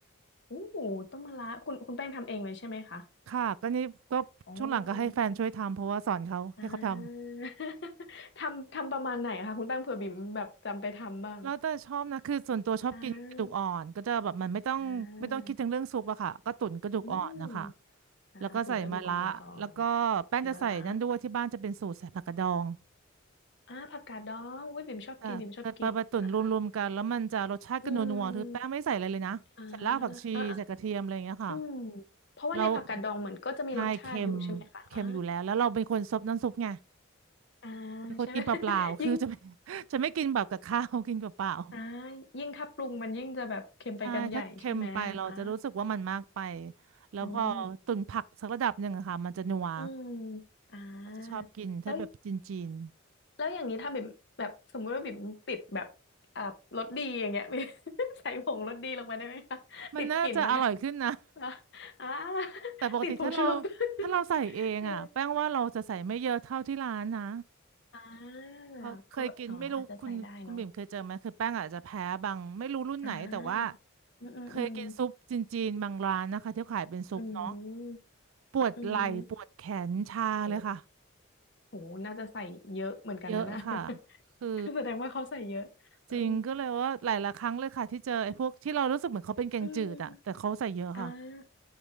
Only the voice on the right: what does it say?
ค่ะก็นี่ก็ช่วงหลังก็ให้แฟนช่วยทำเพราะว่าสอนเขาให้เขาทำ
แล้วแต่ชอบนะคือส่วนตัวชอบกินกระดูกอ่อนก็จะแบบมันไม่ต้องไม่ต้องคิดถึงเรื่องซุปอะค่ะก็ตุ๋นกระดูกอ่อนนะคะ
แล้วก็ใส่มะระแล้วก็แป้งจะใส่นั่นด้วยที่บ้านจะเป็นสูตรใส่ผักกาดดอง
ค่ะกระปลาปลาตุ๋นรวมๆกันแล้วมันจะรสชาติก็นัวๆคือแป้งไม่ใส่อะไรเลยนะใส่รากผักชีใส่กระเทียมอะไรอย่างเงี้ยค่ะ
แล้วใช่เค็มเค็มอยู่แล้วแล้วเราเป็นคนซดน้ำซุปไง
เป็นคนกินเปล่าๆคือจะไม่
<laughs> จะไม่กินแบบกับข้าวกินเปล่า
ๆใช่ถ้าเค็มไปเราจะรู้สึกว่ามันมากไปแล้วพอตุ๋นผักสักระดับหนึ่งอะค่ะมันจะนัว
เราจะชอบกินถ้าแบบจีน
ๆมันน่าจะอร่อยขึ้นนะ
แต่ปกติถ้าเรา
ถ้าเราใส่เองอ่ะแป้งว่าเราจะใส่ไม่เยอะเท่าที่ร้านนะ
เพราะเคยกินไม่รู้คุณคุณบิ่มเคยเจอไหมคือแป้งอาจจะแพ้บางไม่รู้รุ่นไหนแต่ว่า
เคยกินซุปจีนๆบางร้านนะคะที่ขายเป็นซุปเนาะ
ปวดไหล่ปวดแขนชาเลยค่ะ
เยอะค่ะคือ
จริงก็เลยว่าหลายๆครั้งเลยค่ะที่เจอไอ้พวกที่เรารู้สึกเหมือนเขาเป็นแกงจืดอ่ะแต่เขาใส่เยอะค่ะ